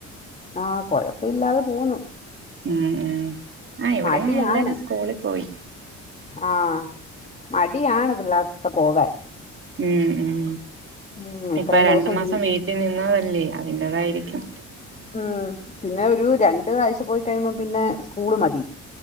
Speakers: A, on the left; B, on the right.
A: ആഹ് കൊഴപ്പല്ലാതെ പോകുന്നു
B: ഉം ഉം ആഹ് ഇവിടെ
A: മടിയാണ്
B: എല്ലാരും സ്കൂളിൽ പോയി
A: ആഹ് മടിയാണ് പിള്ളേർക്ക്‌ ഒക്കെ പോകാൻ
B: ഉം ഉം
A: ഉം ഇത്രയും
B: ഇപ്പൊ രണ്ട്
A: ദിവസം
B: മാസം
A: വീ-
B: വീട്ടി- വീട്ടിൽ നിന്നതല്ലേ അതിന്റതായിരിക്കും
A: ഉം പിന്നെ ഒരു രണ്ട് ആഴ്ച പോയി കഴിയുമ്പം പിന്നെ സ്കൂള് മതി